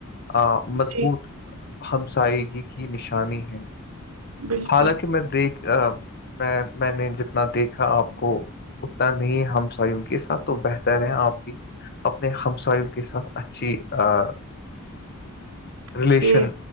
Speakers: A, on the left; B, on the right.
A: آ مضبوط
B: جی
A: ہمساگی کی نشانی ہے
B: بالکل
A: حالانکہ میں دیکھ میں میں نے جتنا دیکھا آپ کو اتنا نہیں ہمس کے ساتھ تو بہتر ہے آپ بھی اپنے ہمساوں کے ساتھ اچھی ا
B: <inaudible> <inaudible>
A: ریلیشن
B: جی